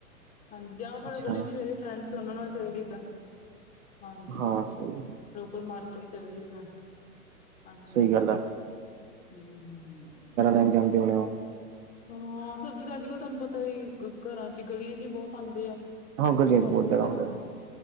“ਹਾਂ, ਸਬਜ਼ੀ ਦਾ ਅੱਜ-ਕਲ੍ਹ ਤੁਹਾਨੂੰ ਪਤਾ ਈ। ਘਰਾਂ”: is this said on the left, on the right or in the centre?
Left